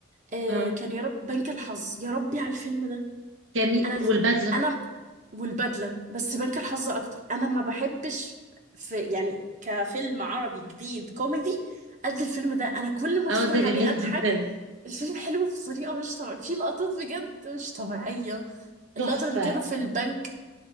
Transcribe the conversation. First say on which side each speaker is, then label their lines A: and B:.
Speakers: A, on the right; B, on the right.
A: آه
B: اه
A: كان يا رب بنك الحظ يا ربي على الفيلم ده
B: جميل
A: انا الف...
B: والبدله
A: انا والبدله بس بنك الحظ اكتر انا ما بحبش في يعني كفيلم عربي جديد كوميدي قد الفيلم ده انا كل ما
B: اه
A: اتفرج
B: ده
A: عليه
B: جميل
A: اضحك
B: جدا
A: الفيلم حلو بطريقه مش طبيعيه في لقطات بجد مش طبيعيه اللقطه
B: تحفه
A: لما كانوا في البنك